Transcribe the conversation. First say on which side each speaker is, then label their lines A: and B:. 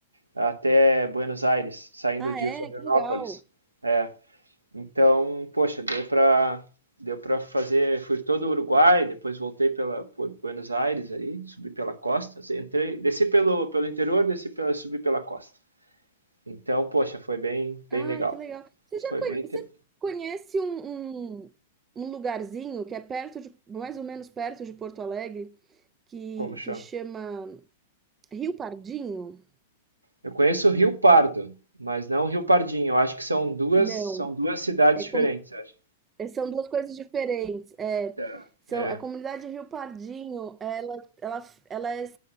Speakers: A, on the right; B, on the right.
A: até Buenos Aires, saindo
B: Ah,
A: de
B: é?
A: Florianópolis.
B: Que legal.
A: É, então, poxa, deu para deu para fazer, fui todo o Uruguai, depois voltei pela por Buenos Aires ali, subi pela costa, entrei, desci pelo pelo interior, desci pela, subi pela costa. Então, poxa, foi bem bem
B: Ah,
A: legal.
B: que legal. Você
A: Foi
B: já conhe-
A: bem,
B: você
A: inter-
B: conhece um, um, um lugarzinho que é perto de, mais ou menos perto de Porto Alegre, que,
A: como chama?
B: que chama Rio Pardinho?
A: Eu conheço o Rio Pardo, mas não o Rio Pardinho. Eu acho que são duas
B: Não,
A: são duas cidades
B: é
A: diferentes,
B: como
A: eu acho.
B: eh, são 2 coisas diferentes. É,
A: Tá.
B: são
A: É,
B: a comunidade Rio Pardinho, ela ela ela é